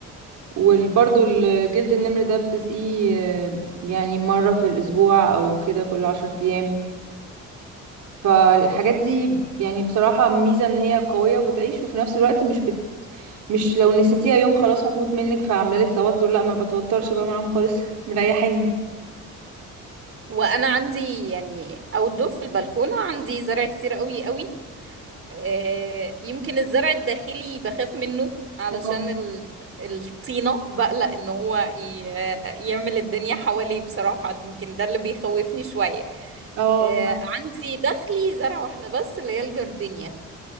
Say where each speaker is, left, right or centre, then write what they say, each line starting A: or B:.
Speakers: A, on the right (about 75°); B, on the right (about 45°).
A: وبرده الجلد النمر ده بتسقيه آه، يعني مرة في الاسبوع او كده كل عشر ايام فالحاجات دي يعني بصراحة ميزة ان هي قوية وبتعيش وفي نفس الوقت مش بت... مش لو نسيتيها يوم خلاص هتموت منك فعاملة لك توتر لا ما بتوترش بقى معاهم خالص <laughs> مريحيني
B: وانا عندي يعني outdoor في البلكونة عندي زرع كتير قوي قوي آه، يمكن الزرع الداخلي بخاف منه علشان
A: اه
B: ال- الطينة بقلق ان هو ي- آه، يعمل الدنيا حواليه بصراحة يمكن ده اللي بيخوفني شوية
A: اه
B: آه، عندي داخلي زرع واحدة بس اللي هي الجردينيا